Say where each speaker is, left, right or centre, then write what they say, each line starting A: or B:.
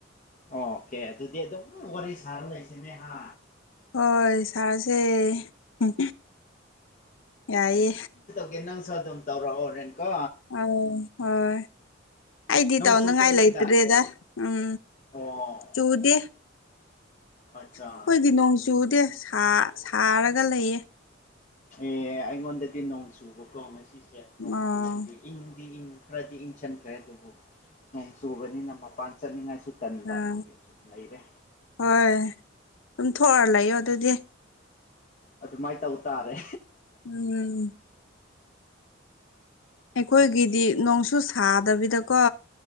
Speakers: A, on the left (about 40°); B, on the left (about 80°).
A: ꯑꯣ ꯀꯦ ꯑꯗꯨꯗꯤ ꯑꯗꯨꯝ ꯋꯥꯔꯤ ꯁꯥꯔ ꯂꯩꯁꯤꯅꯦ ꯍꯥ
B: ꯍꯣꯏ ꯁꯥꯔꯁꯦ ꯍꯝ ꯌꯥꯏꯌꯦ
A: ꯀꯦ ꯅꯪꯁꯨ ꯑꯗꯨꯝ ꯇꯧꯔꯛꯑꯣ ꯍꯣꯔꯦꯟ ꯀꯣ
B: ꯑꯝ ꯍꯣꯏ ꯑꯩꯗꯤ
A: ꯅꯣꯡ
B: ꯇꯧꯅꯤꯡꯉꯥꯏ
A: ꯆꯨꯗ꯭ꯔꯣ ꯅꯣꯏꯗ
B: ꯂꯩꯇ꯭ꯔꯦꯗ ꯎꯝ
A: ꯑꯣ
B: ꯆꯨꯗꯦ
A: ꯑꯠꯆꯥ
B: ꯑꯩꯈꯣꯏꯗꯤ ꯅꯣꯡ ꯆꯨꯗꯦ ꯁꯥꯔꯒ ꯂꯩꯌꯦ
A: ꯑꯦ ꯑꯩꯉꯣꯟꯗꯗꯤ ꯅꯣꯡ ꯆꯨꯕꯀꯣ ꯉꯁꯤꯁꯦ ꯅꯣꯡ
B: ꯑꯣ
A: ꯆꯨꯕꯒꯤ ꯏꯪꯗꯤ ꯏꯪ ꯈꯔꯗꯤ ꯏꯪꯁꯤꯟꯈ꯭ꯔꯦ ꯑꯗꯨꯕꯨ ꯅꯣꯡ ꯆꯨꯕꯅꯤꯅ ꯃꯄꯥꯟ ꯆꯠꯅꯤꯡꯉꯥꯏꯁꯨ ꯇꯟꯕ
B: ꯑꯥ
A: ꯑꯗꯨꯒꯤ ꯁꯨꯝ ꯂꯩꯔꯦ
B: ꯍꯣꯏ ꯑꯗꯨꯝ ꯊꯣꯛꯑ ꯂꯩꯌꯣ ꯑꯗꯨꯗꯤ
A: ꯑꯗꯨꯃꯥꯏꯅ ꯇꯧ ꯇꯥꯔꯦ
B: ꯎꯝ ꯑꯩꯈꯣꯏꯒꯤꯗꯤ ꯅꯣꯡꯁꯨ ꯁꯥꯗꯕꯤꯗꯀꯣ